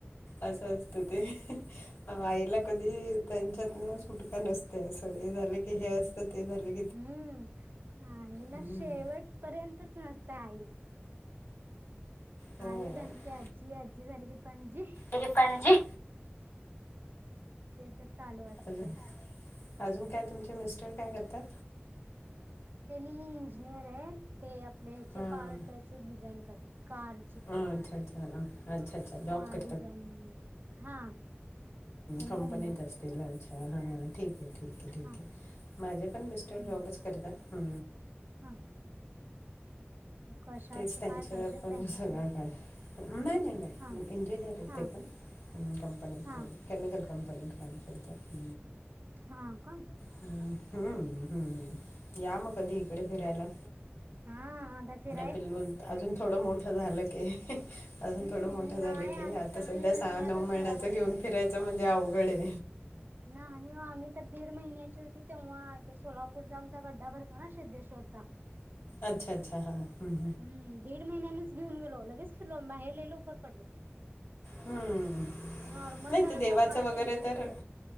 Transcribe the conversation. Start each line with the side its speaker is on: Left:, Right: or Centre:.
Left: असं असत ते आईला कधी त्यांच्यात न फुटका नसते असं हे झालं की हे असतं ते झाले
Right: हम्म आईला
Left: हम्म
Right: शेवट पर्यंतच नसत आईला
Left: हो
Right: आई झाली का अज्जी अज्जी झाली क पणजी
Left: टिक पाणजी
Right: ते तर चालू असतेय
Left: अजून अजून काय तुमचे मिस्टर काय करतात
Right: त्यांनी इंजिनियर आहे ते आपले ह्याचे
Left: हा
Right: पार्ट याचे डिझाईन करतात कार
Left: अ अच्छा अच्छा अच्छा अच्ा जात
Right: हा
Left: का
Right: डिझायनिंग मध्ये हा त्यांनी
Left: कपनी
Right: मुंबई
Left: तेला छहाा ठीक आहे ठीक आहे ठीक
Right: हा
Left: आहे माझे पण
Right: हम्म.
Left: मिस्टर जॉबच करतात ह
Right: हा कशाच
Left: तेच त्यांच्याण
Right: काय करतेत बँकिंग
Left: सगळं का नाही नाही नाही
Right: हा.
Left: इंजिनियर आहेत
Right: हा
Left: ते पण कंपनीिक
Right: हा
Left: केमिकल कंपनीिक फमसरतात
Right: हा कोण
Left: ह हम्म हम् या मग कधी इकडे फिरायला
Right: हा आता फिर
Left: बिलबुल अजून थोडं मोठं झालं क अजून
Right: हम्म
Left: थोडं मोठं
Right: नाही
Left: झालं की
Right: आम्ही
Left: आता
Right: तर
Left: सध्या
Right: दीड
Left: सहा
Right: महिन्यातच
Left: नऊ महिन्याचं
Right: घराबाहेर
Left: घेऊन
Right: पडलो.
Left: फिरायचं म्हणजे अवघडे
Right: नाही हे आम्ही तर दीड महिन्याची होती तेव्हा इथ सोलापूरचा आमचा गड्डा भरतो ना सिद्धेश्वरचा
Left: अच्छा अच्छा हां हम्म.
Right: हम्म दीड महिन्याच घेऊनेलो लगेच फिरलो बाहेर ले लवकर पडलो
Left: हम्म
Right: नॉर्मल
Left: नाही
Right: झाल्यामुळे
Left: ते देवाचं
Right: काय
Left: वगैरे
Right: टेन्शन
Left: तर
Right: नाही